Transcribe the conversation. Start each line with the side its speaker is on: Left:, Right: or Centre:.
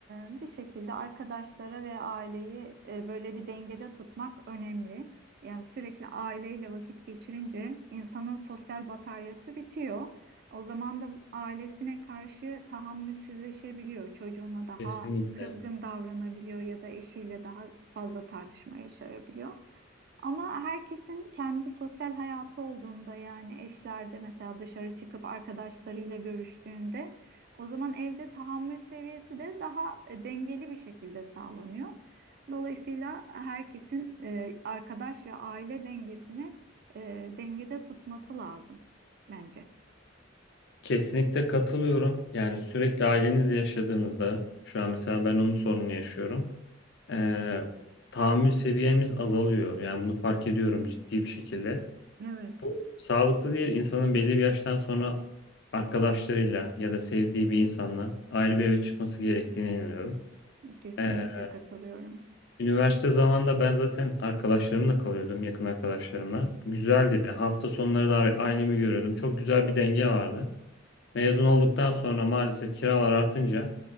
Right: bir şekilde arkadaşlara ve aileyi e, böyle bir dengede tutmak önemli. Yani sürekli aileyle vakit geçirince insanın sosyal bataryası bitiyor. O zaman da ailesine karşı tahammülsüzleşebiliyor. Çocuğuna daha
Left: Kesinlikle.
Right: kızgın davranabiliyor ya da eşiyle daha fazla tartışma yaşayabiliyor. Ama herkesin kendi sosyal hayatı olduğunda yani eşlerde mesela dışarı çıkıp arkadaşlarıyla görüştüğünde o zaman evde tahammül seviyesi de daha e, dengeli bir şekilde sağlanıyor. Dolayısıyla herkesin e, arkadaş ve aile dengesini e, dengede tutması lazım bence.
Left: Kesinlikle katılıyorum. Yani sürekli ailenizle yaşadığınızda şu an mesela ben onun sorununu yaşıyorum. e, tahammül seviyemiz azalıyor. Yani bunu fark ediyorum ciddi bir şekilde.
Right: Evet.
Left: Bu sağlıklı değil. İnsanın belli bir yaştan sonra arkadaşlarıyla ya da sevdiği bir insanla ayrı bir eve çıkması gerektiğine inanıyorum.
Right: Kesinlikle
Left: E,
Right: katılıyorum.
Left: üniversite zamanında ben zaten arkadaşlarımla kalıyordum, yakın arkadaşlarımla. Güzeldi de hafta sonları da ailemi görüyordum. Çok güzel bir denge vardı. Mezun olduktan sonra maalesef kiralar artınca